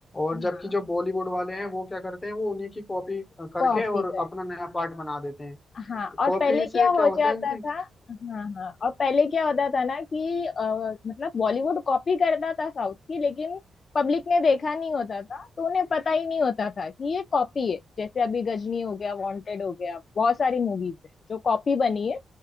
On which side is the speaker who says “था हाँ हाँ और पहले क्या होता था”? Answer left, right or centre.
Left